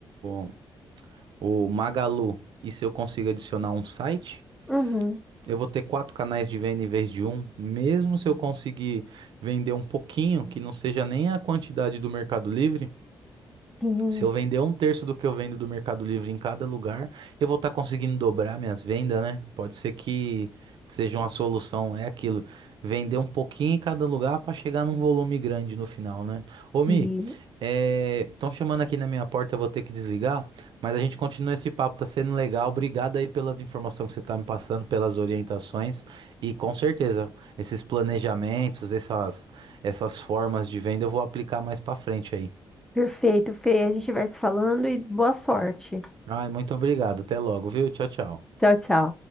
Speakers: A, on the right; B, in the centre.
A: o o Magalu, e se eu consigo adicionar um site,
B: Uhum,
A: Eu vou ter quatro canais de venda em vez de um, mesmo se eu conseguir vender um pouquinho, que não seja nem a quantidade do Mercado Livre,
B: sim,
A: se eu vender um terço do que eu vendo do Mercado Livre em cada lugar, eu vou estar conseguindo dobrar minhas vendas, né? Pode ser que seja uma solução, é aquilo. Vender um pouquinho em cada lugar para chegar num volume grande no final, né? Ô, Mi,
B: sim.
A: estão chamando aqui na minha porta, eu vou ter que desligar, mas a gente continua esse papo, tá sendo legal. Obrigado aí pelas informações que você tá me passando, pelas orientações e com certeza esses planejamentos, essas, essas formas de venda eu vou aplicar mais para frente aí.
B: Perfeito, Fê. A gente vai se falando e boa sorte.
A: Ai, muito obrigado. Até logo, viu? Tchau, tchau.
B: Tchau, tchau.